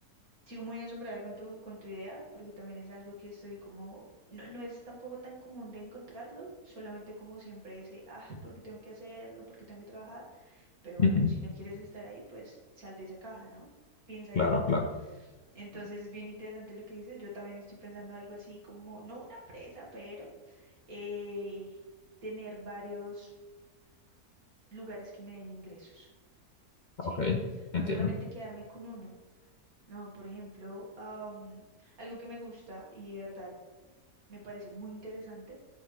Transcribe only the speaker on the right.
Sigo muy asombrada con tu, con tu idea, porque también es algo que estoy como, no, no es tampoco tan común de encontrarlo, solamente como siempre ese, ah, porque tengo que hacerlo, porque tengo que trabajar, pero bueno,
si no quieres estar ahí, pues sal de esa caja, ¿no? Piensa distinto.
Entonces es bien interesante lo que dices, yo también estoy pensando algo así como, no una empresa, pero eh, tener varios lugares que me den ingresos,
¿sí? No
solamente quedarme con uno no, por ejemplo, am, algo que me gusta y de verdad me parece muy interesante